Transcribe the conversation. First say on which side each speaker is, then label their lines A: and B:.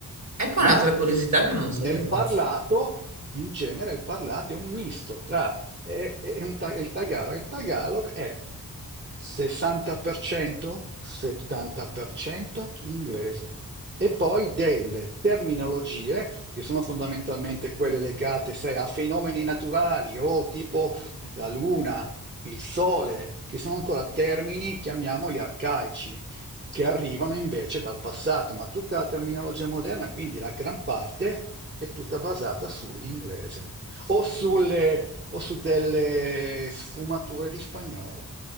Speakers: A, on the right; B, on the right.
A: Ecco un'altra
B: ma
A: curiosità che non sapevo.
B: nel parlato, in genere, il parlato è un misto tra è, è un ta- è il Tagalog. Il Tagalog è 60%, 70% inglese. E poi delle terminologie che sono fondamentalmente quelle legate, sai, a fenomeni naturali o tipo la luna, il sole, che sono ancora termini, chiamiamoli arcaici che arrivano invece dal passato, ma tutta la terminologia moderna, quindi la gran parte, è tutta basata sull'inglese o, sulle- o su delle sfumature di spagnolo.